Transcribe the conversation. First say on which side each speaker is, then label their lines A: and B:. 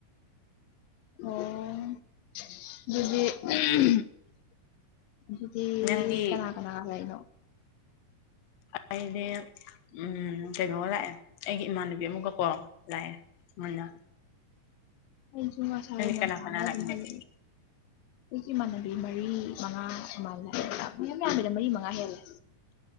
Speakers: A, on the left; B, on the left.
A: ꯑꯣ ꯑꯗꯨꯗꯤ ꯑꯗꯨꯗꯤ
B: ꯅꯪꯗꯤ
A: ꯀꯅꯥ ꯀꯅꯥ ꯀꯅꯣ
B: ꯑꯩꯗꯤ ꯎꯝ ꯀꯩꯅꯣꯒ ꯂꯥꯛꯑꯦ ꯑꯩꯒꯤ ꯏꯃꯥꯟꯅꯕꯤ ꯑꯃꯒꯀꯣ ꯂꯥꯛꯑꯦ ꯃꯂ
A: ꯑꯩꯨꯃ ꯁꯥꯍꯦꯕ ꯃ
B: ꯀꯅꯥ
A: ꯊꯥꯅ
B: ꯀꯅꯥ ꯂꯥꯛꯃꯤꯟꯅꯒꯦ
A: ꯇ ꯂꯩ ꯍꯒꯤ ꯃꯅ ꯃꯔꯤ ꯃꯉꯥ ꯃꯥꯜꯂꯦ ꯃꯌꯥꯝ ꯌꯥꯝꯃꯤꯗ ꯃꯔꯤ ꯃꯉꯥ ꯍꯦꯜꯂꯦ